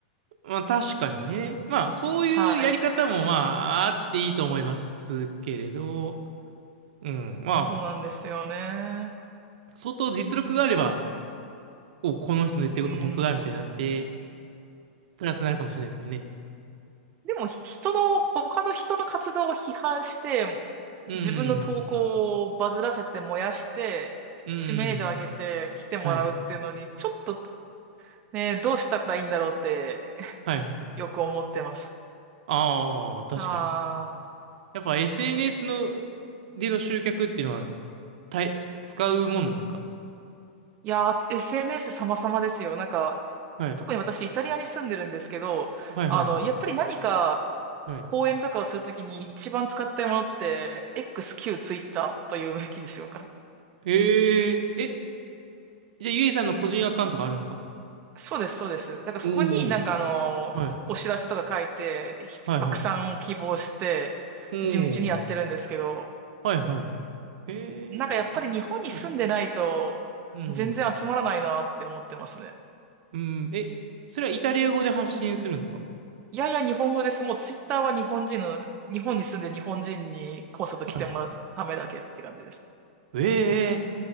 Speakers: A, on the right; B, on the right.
A: まあ確かにね。まあそういうやり方もまああっていいと思いますけれど、
B: はい。
A: うん。まあ、
B: そうなんですよね。
A: 相当実力があれば、お、この人の言ってること本当だみたいになって、
B: うーん。
A: プラスになるかもしれないですけどね。
B: でもひ人の、他の人の活動を批判して、
A: うん。
B: 自分の投稿をバズらせて燃やして、
A: うん。
B: 知名度上げて来てもらうっていうのに、
A: はい。
B: ちょっとね、どうしたらいいんだろうって <laughs>
A: はいはい。
B: よく思ってます。
A: ああ、確かに。
B: ああ。
A: やっぱ SNS の、での集客っていうのは、たい、使うもんなんですか
B: いやー、SNS 様々ですよ。なんか、
A: はい。
B: 特に私イタリアに住んでるんですけど、
A: はいはい。
B: あの、やっぱり何か
A: はい。
B: 講演とかをするときに一番使ったものって XQ、エックスキュー Twitter というべきでしょうか。
A: ええー、え、じゃあゆいさんの個人アカウントがあるんですか
B: そうです、そうです。だからそこになんかあの、
A: おおー。はい。
B: お知らせとか書いて、ひ拡散を希望して、
A: はいはい。お
B: 地道にやってるんですけど、
A: お。はいはい。ええー、
B: なんかやっぱり日本に住んでないと、
A: あ、はい。うん。
B: 全然集まらないなって思ってますね。
A: うん。え、それはイタリア語で発信するんですか
B: いやいや日本語です。もうツイッターは日本人の、日本に住んで日本人にコンサート来てもらうためだけって感じです。
A: はい。ええ